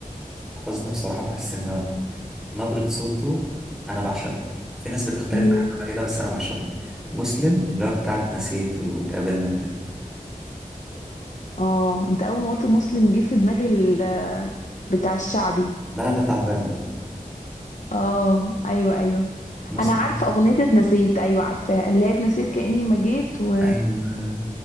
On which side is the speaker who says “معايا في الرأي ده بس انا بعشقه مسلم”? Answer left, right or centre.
Centre